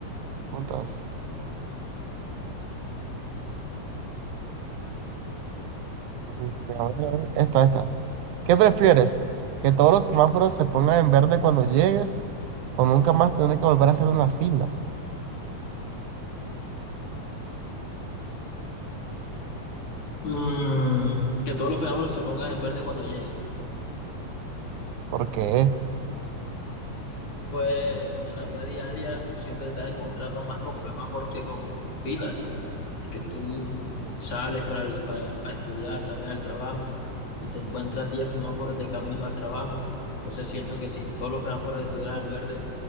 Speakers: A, on the right; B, on the left.
A: putas? Mm, A ver, a ver, esta, esta. ¿Qué prefieres? ¿Que todos los semáforos se pongan en verde cuando llegues o nunca más tener que volver a hacer una fila?
B: Mm, que todos los fenómenos se pongan en verde cuando llegue.
A: Porque,
B: Pues en la vida diaria tú siempre te estás encontrando más con semáforos que con filas. porque tú sales para, el- para a estudiar, sales al trabajo y te encuentras 10 semáforos de camino al trabajo. Entonces siento que si todos los semáforos estuvieran en verde,